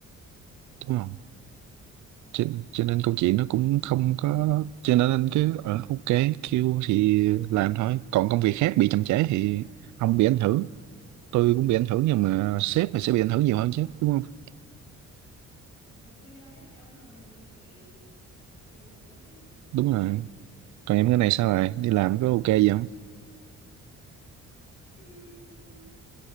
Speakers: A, on the left; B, on the right.
A: đúng
B: đúng
A: rồi
B: không?
A: đúng rồi
B: cho, cho nên câu chuyện nó cũng không có cho nên anh cứ ở ok kêu thì làm thôi còn công việc khác bị chậm trễ thì ông bị ảnh hưởng tôi cũng bị ảnh hưởng nhưng mà sếp thì sẽ bị ảnh hưởng nhiều hơn chứ đúng không
A: phải quy ra hết cái ông cầm đầu để để để ấy chứ
B: đúng rồi còn em cái này sao lại đi làm có ok gì không
A: Ừm,